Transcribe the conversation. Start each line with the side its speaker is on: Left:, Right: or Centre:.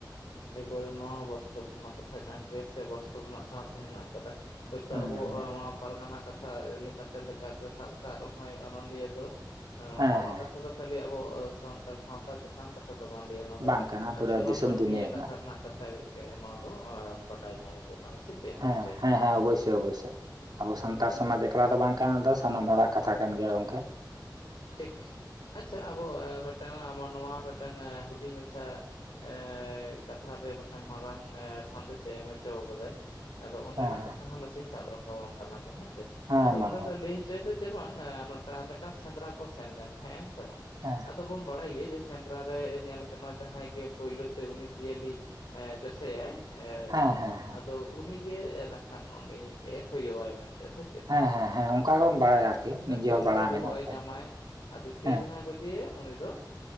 Left: ᱮᱠᱵᱟᱨᱮ ᱱᱚᱣᱟ ᱦᱚᱸ ᱵᱟᱥᱛᱚᱵ ᱨᱮᱱᱟᱜ ᱠᱟᱛᱷᱟ ᱠᱟᱱ ᱜᱮᱭᱟ ᱥᱮ ᱵᱟᱥᱛᱚᱵ ᱨᱮᱱᱟᱜ ᱥᱟᱶᱛᱮ ᱦᱮᱱᱟᱜ ᱠᱟᱫᱟ᱾ ᱦᱳᱭᱛᱳ
Right: ᱦᱩᱸ
Left: ᱟᱵᱚ
Right: ᱦᱩᱸ
Left: ᱱᱚᱣᱟ ᱯᱟᱨᱜᱟᱱᱟ ᱠᱟᱛᱷᱟ ᱞᱮᱠᱟᱛᱮ, ᱞᱮᱠᱟᱛᱮ ᱥᱟᱵ ᱟᱠᱟᱫ ᱨᱮᱦᱚᱸᱭ ᱚᱱᱚᱞᱤᱭᱟᱹ ᱫᱚ
Right: ᱦᱮᱸ
Left: ᱱᱚᱣᱟ
Right: ᱦᱮᱸ
Left: ᱠᱟᱛᱷᱟ ᱫᱚ ᱠᱷᱟᱹᱞᱤ ᱟᱵᱚ ᱥᱟᱱᱛᱟᱲ ᱥᱟᱶᱛᱟ ᱪᱮᱛᱟᱱ ᱠᱟᱛᱷᱟ ᱫᱚ ᱵᱟᱝ ᱞᱟᱹᱭᱟ ᱱᱚᱣᱟ ᱫᱚ
Right: ᱵᱟᱝ ᱠᱟᱱᱟ ᱯᱩᱨᱟᱹ
Left: ᱥᱟᱱᱟᱢ
Right: ᱫᱤᱥᱚᱢ
Left: ᱢᱟᱹᱱᱢᱤᱭᱟᱜ
Right: ᱫᱩᱱᱤᱭᱟᱹ
Left: ᱠᱟᱛᱷᱟ ᱨᱮᱱᱟᱜ ᱠᱟᱛᱷᱟ ᱜᱮ ᱱᱚᱣᱟ ᱫᱚ ᱵᱟᱰᱟᱭ ᱧᱟᱢᱚᱜᱚᱜ ᱠᱟᱱᱟ ᱥᱮ ᱪᱮᱫ ᱮᱢ
Right: ᱦᱮᱸ
Left: ᱞᱟᱹᱭ ᱦᱚᱪᱚᱭᱮᱫᱟ
Right: ᱦᱮᱸ ᱦᱮᱸ ᱚᱵᱚᱥᱳᱭ ᱚᱵᱚᱥᱳᱭ ᱟᱵᱚ ᱥᱟᱱᱛᱟᱲ ᱥᱚᱢᱟᱡᱽ ᱮᱠᱞᱟ ᱫᱚ ᱵᱟᱝ ᱠᱟᱱᱟ ᱫᱚ ᱥᱟᱱᱟᱢ ᱦᱚᱲᱟᱜ ᱠᱟᱛᱷᱟ ᱠᱟᱱ ᱜᱮᱭᱟ ᱜᱚᱝᱠᱮ
Left: ᱴᱷᱤᱠ ᱟᱪᱪᱷᱟ ᱟᱵᱚ ᱢᱤᱫᱴᱟᱝ ᱢᱟᱱᱣᱟ ᱢᱤᱫᱴᱟᱝ ᱦᱩᱰᱤᱧ ᱢᱟᱪᱷᱟ ᱮᱸᱻ ᱠᱟᱛᱷᱟ ᱨᱮ ᱢᱤᱫᱴᱟᱝ ᱢᱟᱨᱟᱝ ᱮ ᱥᱟᱸᱫᱮᱥᱮ ᱮᱢ ᱦᱚᱪᱚ ᱠᱟᱫᱟᱭ ᱟᱫᱚ ᱚᱸᱰᱮᱱᱟᱜ
Right: ᱦᱮᱸ ᱦᱮᱸ
Left: ᱠᱟᱛᱷᱟ ᱦᱚᱸ ᱱᱟᱥᱮᱧ ᱥᱟᱵ ᱨᱟᱠᱟᱢ ᱟᱢ ᱛᱟᱞᱟᱝᱜᱮ ᱦᱮᱸ ᱥᱮ
Right: ᱦᱮᱸ
Left: ᱟᱫᱚ
Right: ᱢᱟ
Left: ᱚᱸᱰᱮ ᱫᱚ ᱞᱟᱹᱭ ᱦᱚᱪᱚᱭᱮᱫᱟ ᱥᱮ ᱵᱟᱝ ᱱᱚᱴᱟ ᱢᱤᱫᱴᱟᱝ ᱥᱮᱸᱫᱽᱨᱟ ᱠᱚ ᱥᱮᱱ ᱞᱮᱱ ᱛᱟᱦᱮᱸᱫᱼᱟ ᱦᱮᱸ ᱥᱮ ᱵᱟᱝ
Right: ᱦᱮᱸ
Left: ᱟᱫᱚ ᱵᱚᱱ ᱵᱟᱲᱟᱭ ᱜᱮᱭᱟ ᱡᱮ ᱥᱮᱸᱫᱽᱨᱟ ᱨᱮ ᱧᱮᱞ ᱠᱟᱱᱟ ᱡᱟᱦᱟᱸᱭ ᱜᱮ ᱯᱳᱭᱞᱳ ᱛᱮ ᱩᱱᱤ ᱡᱤᱭᱟᱹᱞᱤ ᱟᱸ ᱡᱚᱥᱮᱭᱟᱭ ᱮᱸᱻ
Right: ᱦᱮᱸ ᱦᱮᱸ
Left: ᱟᱫᱚ ᱩᱱᱤᱜᱮ ᱮ ᱱᱟᱜ ᱠᱷᱟᱱ ᱩᱱᱤᱭᱤᱡ-ᱮ ᱦᱩᱭᱩᱜ-ᱟ ᱢᱮᱱᱛᱮ ᱥᱮ ᱪᱮᱫ
Right: ᱦᱮᱸ ᱦᱮᱸ ᱦᱮᱸ ᱚᱝᱠᱟ ᱜᱮᱵᱚᱱ ᱵᱟᱲᱟᱭᱟ ᱟᱨᱠᱤ ᱱᱤᱡᱮ
Left: ᱥᱮ
Right: ᱦᱚᱸ
Left: ᱩᱱᱤ
Right: ᱵᱟᱲᱟᱭ
Left: ᱫᱚ ᱵᱚᱦᱚᱜᱼᱮ
Right: ᱢᱮᱱᱟᱜ ᱟᱠᱟᱫᱟ
Left: ᱧᱟᱢᱟᱭ ᱟᱨ ᱫᱤᱛᱤᱭᱚ
Right: ᱦᱮᱸ
Left: ᱡᱟᱦᱟᱸᱭ ᱠᱚ ᱡᱮ ᱩᱱᱤ ᱫᱚ